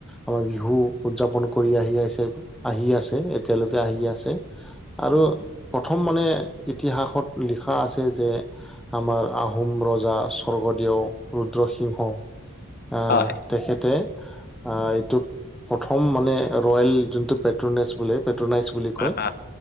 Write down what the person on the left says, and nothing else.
হয়,
হয়,
হয়।